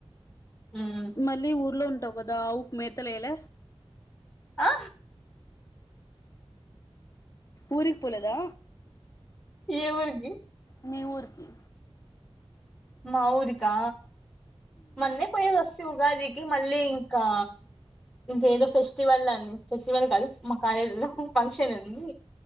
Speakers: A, in the centre; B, on the left (about 30°).
A: మ్మ్
B: మళ్ళీ ఊర్లో ఉంటావు గదా ఆవుకు మేతలేయల
A: ఆ
B: ఊరిపోలదా
A: ఏ ఊరికి
B: మీ ఊర్కి
A: మా ఊరికా మొన్నే పోయేసోస్తి ఉగాదికి మళ్ళీ ఇంకా ఇంక ఏదో ఫెస్టివల్ అని ఫెస్టివల్ కాదు మా కాలేజీ లో ఫంక్షన్ ఉంది